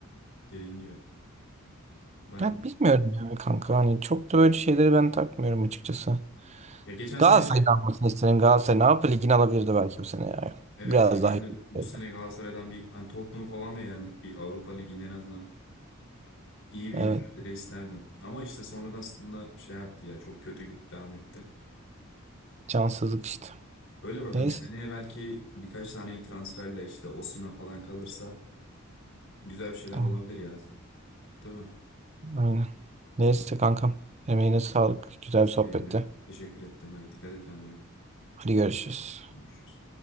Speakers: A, on the left; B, on the right.
A: dediğin gibi. Ben
B: Ya bilmiyorum yani kanka hani çok da böyle şeyleri ben takmıyorum açıkçası.
A: ya geçen sene
B: Galatasaray'ın
A: şey
B: almasını isterim Galatasaray ne yapıyor ligini alabilirdi belki bu sene ya.
A: evet
B: Biraz
A: ya ben
B: daha iyi.
A: de bu, bu
B: olsaydı.
A: sene Galatasaray'dan bir hani Tottenham'ı falan da yendik bir Avrupa Ligi'nde en azından İyi bir
B: Evet
A: mücadele isterdim. Ama işte sonradan aslında şey yaptı ya çok kötü gitti devam etti.
B: cansızlık işte.
A: Öyle bakalım
B: Neyse
A: seneye belki birkaç tane iyi transferle işte Osimhen falan kalırsa güzel bir şeyler
B: tamam
A: olabilir ya. Değil mi?
B: aynen. Neyse kankam emeğine sağlık güzel
A: Senin
B: bir sohbetti.
A: Teşekkür ettim. Hadi dikkat et kendine.
B: Hadi görüşürüz.
A: Görüşürüz.